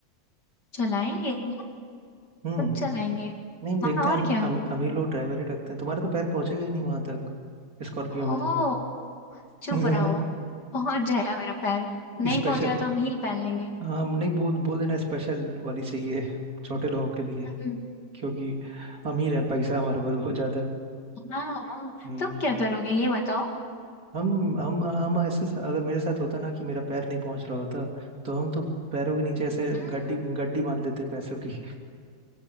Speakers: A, on the left; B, on the right.
A: चलाएंगे यार
B: हम्म
A: सब चलाएंगे
B: नहीं हम
A: हाँ
B: देखते
A: और
B: हैं अमी,
A: क्या
B: अमी, अमीर लोग ड्राइवर ही रखते हैं तुम्हारे तो पैर पहुंचेगा ही नहीं वहां तक स्कॉर्पियो
A: ओ
B: में
A: चुप
B: <laughs>
A: रहो पहुंच जाएगा मेरा पैर नहीं
B: स्पेशल
A: पहुंचेगा तो हम हील पहन लेंगे
B: हाँ नहीं बोल बोल देना स्पेशल वाली चाहिए छोटे लोगों के लिए
A: <laughs>
B: क्योंकि अमीर हैं पैसा हमारे पास बहुत ज़्यादा है
A: हाँ
B: हम्म
A: तुम क्या करोगे ये बताओ
B: हम हम हम ऐसे अगर मेरे साथ होता ना कि मेरा पैर नहीं पहुंच रहा होता तो हम तो पैरों के नीचे ऐसे
A: हम्म,
B: गड्डी गड्डी बांध लेते पैसों की <laughs>